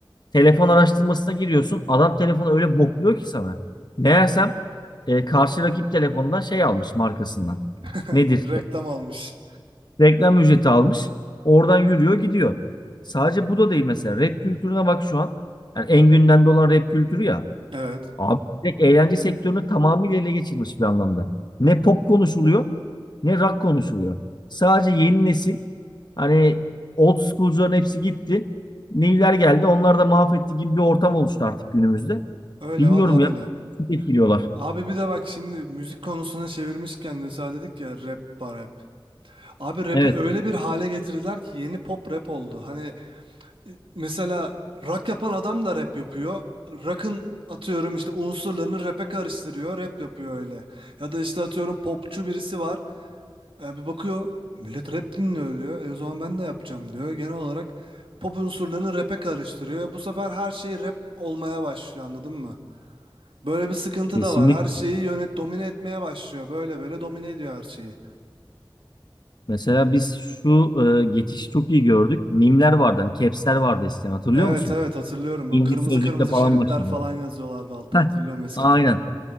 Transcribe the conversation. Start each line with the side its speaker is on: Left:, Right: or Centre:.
Left: telefon araştırmasına giriyorsun. Adam telefonu öyle bokluyor ki sana. Meğersem e, karşı rakip telefondan şey almış markasından.
Right: <laughs>
Left: Nedir?
Right: Reklam almış.
Left: Reklam ücreti almış. Oradan yürüyor gidiyor. Sadece bu da değil mesela. Rap kültürüne bak şu an. Yani en gündemde olan rap kültürü ya.
Right: Evet.
Left: Abi direkt eğlence sektörünü tamamıyla ele geçirmiş bir anlamda. Ne pop konuşuluyor ne rock konuşuluyor. Sadece yeni nesil hani old school'cuların hepsi gitti. Neyler geldi onlar da mahvetti gibi bir ortam oluştu artık günümüzde.
Right: Öyle
Left: Bilmiyorum
Right: vallahi
Left: ya
Right: öyle.
Left: çok etkiliyorlar.
Right: Abi bir de bak şimdi müzik konusuna çevirmişken de sen dedik ya rap var rap. Abi rap'i
Left: Evet
Right: öyle bir hale getirdiler ki yeni pop rap oldu. Hani e, mesela rock yapan adam da rap yapıyor. Rock'ın atıyorum işte unsurlarını rap'e karıştırıyor, rap yapıyor öyle. Ya da işte atıyorum popçu birisi var. E, bir bakıyor millet rap dinliyor diyor. E, o zaman ben de yapacağım diyor. Genel olarak pop unsurlarını rap'e karıştırıyor. E, bu sefer her şey rap olmaya başlıyor anladın mı? Böyle bir sıkıntı
Left: kesinlikle.
Right: da var. Her şeyi yönet domine etmeye başlıyor. Böyle böyle domine ediyor her şeyi.
Left: Mesela biz şu e, geçişi çok iyi gördük. Mimler vardı hani caps'ler vardı eskiden hatırlıyor
Right: Evet
Left: musun?
Right: evet hatırlıyorum. Bu
Left: İngiliz
Right: kırmızı
Left: sözlükle
Right: kırmızı
Left: falan
Right: şeritler
Left: başladık.
Right: falan yazıyorlardı altta
Left: Heh,
Right: hatırlıyorum eskiden.
Left: aynen.